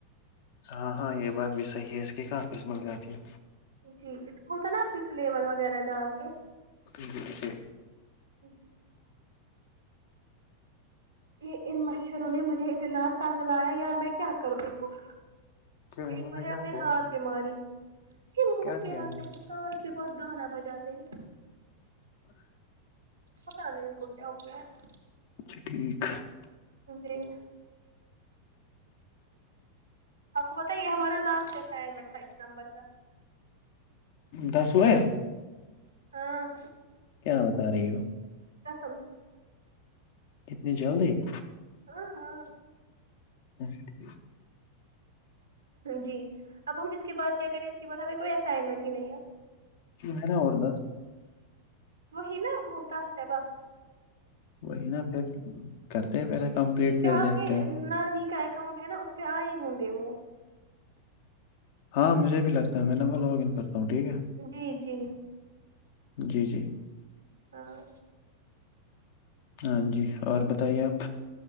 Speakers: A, on the left (about 50°); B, on the right (about 75°).
A: ہاں ہاں یہ بات بھی صحیح ہے اس کی کافی سمل آجاتی ہے
B: جی اس کو ہوتا نا اصلی فلیور وغیرہ ڈال کے
A: جی جی
B: <inaudible> یہ ان مچھروں نے مجھے اتنا تنگ لایا یار میں کیا کروں ان کو
A: کیوں
B: ایک
A: انہوں
B: مجھے
A: نے کیا
B: آپنے
A: کیا
B: ہات بیماری منہ
A: کیا
B: پہ
A: کیا
B: آتے
A: انہوں نے
B: ہیں کش کے پاس گانا بجاتے ہیں پتا نہیں ان کو کیا ہو گیا ہے
A: اچھا ٹھیک
B: جی آپ کو پت یہ ہمارا لاسٹ اسسائنمنٹ تھا اس نمبر کا
A: دس ہوئے
B: ہاں
A: کیا بتا رہی ہو
B: قسم سے
A: کتنی جلدی
B: ہاں ہاں
A: اچھا ٹھیک
B: جی اب ہم اس کے بعد کیا کریں اس کے بعد ہمیں کوئی اسائنمنٹ ہی نہیں ہے
A: ہے نا اور دس
B: وہی نا وہ دس ہے بس
A: وہی نا پھر کرتے ہیں پہلے کمپلیٹ پھر
B: جو آپ
A: دیکھتے
B: کے
A: ہیں
B: نانی کا اکاؤنٹ ہے نا اس پہ آئے ہوں گے وہ
A: ہاں مجھے بھی لگتا ہے میں نا وہ لاگ ان کرتا ہوں ٹھیک ہے
B: جی جی
A: جی جی
B: ہاں
A: ہاں جی اور بتائیے آپ